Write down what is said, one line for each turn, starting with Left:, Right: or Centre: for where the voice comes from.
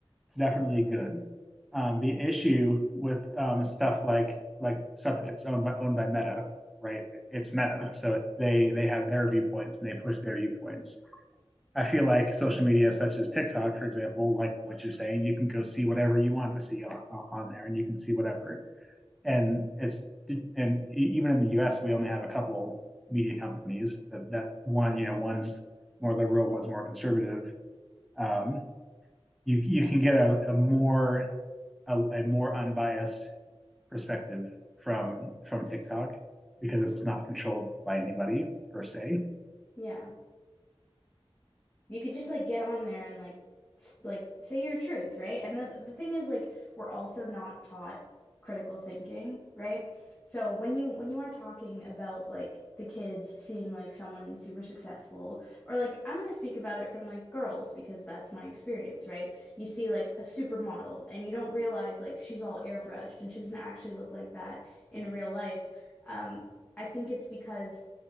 Centre: it's definitely good. Um, the issue with um, stuff like like stuff that's owned by owned by Meta, right? It's Meta, so they they have their viewpoints and they push their viewpoints. I feel like social media such as TikTok, for example, like what you're saying, you can go see whatever you want to see on, on there, and you can see whatever and it's and e- even in the U.S. we only have a couple media companies that, that one you know one's more liberal, one's more conservative. Um, you you can get a, a more a, a more unbiased perspective from from TikTok because it's not controlled by anybody per se.
Left: Yeah. You could just like get on there and like s- like say your truth, right? And the the thing is like we're also not taught critical thinking, right? So when you when you are talking about like the kids seeing like someone super successful or like I'm gonna speak about it from like girls because that's my experience, right? You see like a supermodel and you don't realize like she's all airbrushed and she doesn't actually look like that in real life. Um, I think it's because